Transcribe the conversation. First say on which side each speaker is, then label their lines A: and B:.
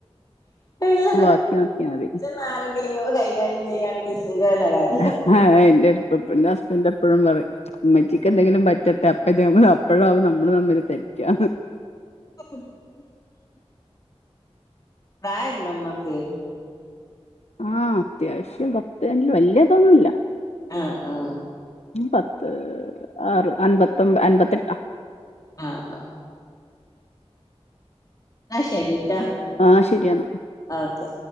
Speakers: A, on the left; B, on the left.
A: ഇല്ലാ
B: ബാക്കി നോക്കിയാൽ മതി
A: ന്നാരെങ്കിലും ഇങ്ങള് കൈക്കാര്യം ചെയ്യാണെങ്കി സുഖള്ള കാര്യ
B: ആ <unintelligible> ന്റെ ഹസ്ബൻഡ് എപ്പഴും പറയും ഇമ്മച്ചിക്ക് എന്തെങ്കിലും പറ്റട്ടേ അപ്പ ഞാൻ പറഞ്ഞു അപ്പഴാവും നമ്മള് തമ്മില് തെറ്റാ
A: <inaudible> പ്രായണ്ടോ മ്മാക്ക്
B: ആ അത്യാവശ്യം <unintelligible> വല്യതൊന്നുല്ല
A: ആ ഹ ആഹ
B: പത്ത് ആറ് അൻപത്തൊമ്പ അൻപത്തെട്ടാ
A: ആഹ ആഹ ന്നാ ശരിട്ടാ
B: ആ ഹ ശരിയന്നാ
A: ആ ക്കെ